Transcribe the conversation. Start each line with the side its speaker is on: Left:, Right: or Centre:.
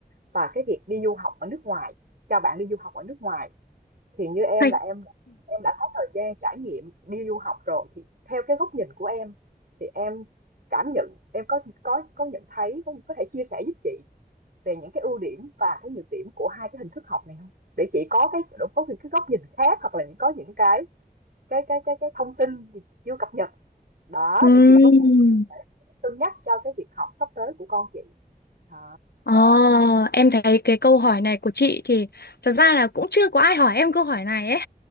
Right: và cái việc đi du học ở nước ngoài, cho bạn đi du học ở nước ngoài thì như em
Left: hay.
Right: là em em đã có thời gian trải nghiệm đi du học rồi thì theo cái góc nhìn của em thì em cảm nhận em có có có nhận thấy có có thể chia sẻ giúp chị về những cái ưu điểm và cái nhược điểm của hai cái hình thức học này không? Để chị có cái có những cái góc nhìn khác hoặc là những có những cái cái cái cái cái thông tin gì chị chưa cập nhật đó
Left: Ừm,
Right: để chị có thể thể cân nhắc cho cái việc học sắp tới của con chị. à
Left: Ờ, em thấy cái câu hỏi này của chị thì thật ra là cũng chưa có ai hỏi em câu hỏi này ấy.